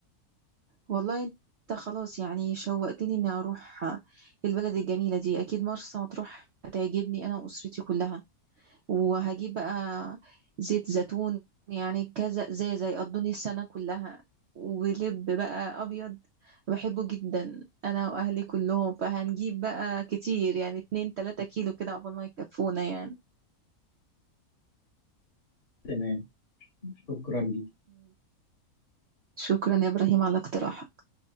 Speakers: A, on the right; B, on the left.
A: والله انت خلاص يعني شوقتني اني اروح البلد الجميله دي اكيد مرسى مطروح هتعجبني انا واسرتي كلها وهجيب بقى زيت زيتون يعني كذا ازازه يقضوني السنه كلها ولب بقى ابيض بحبه جدا انا واهلي كلهم فهنجيب بقى كتير يعني اتنين تلاتة كيلو كده عقبال ما يكفونا يعني
B: تمام شكرا ليك
A: شكرا يا إبراهيم على الاقتراح